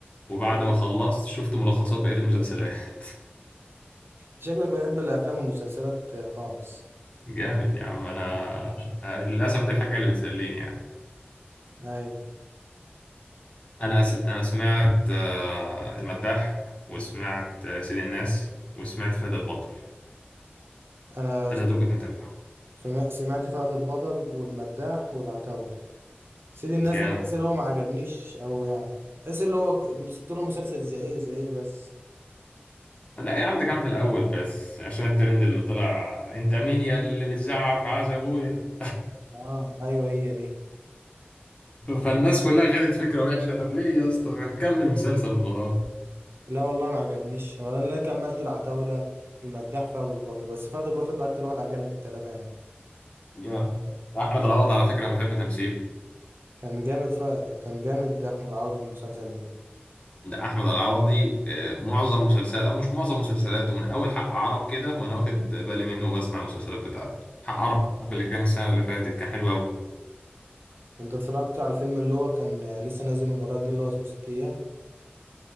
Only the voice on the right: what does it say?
كنت-
شكلك بتحب الافلام والمسلسلات خالص
ايوه
انا
فم- سمعت فهد البطل والمداح والعتاول سيدي الناس
ده تحس اللي هو ما عجبنيش او يعني تحس اللي هو مسكت له مسلسل زعيق زعيق بس
اه ايوه هي دي
لا والله ما عجبنيش ولا اللي أنا كملته العتاولة المداح فهد البطل بس فهد البطل اكتر واحد عجبني في التلاتة يعني
كان جامد ف... كان جامد ده احمد العوضي في المسلسل ده
انت اتفرجت على الفيلم اللي هو كان لسه نازل من قريب ده اللي هو اسمه ست ايام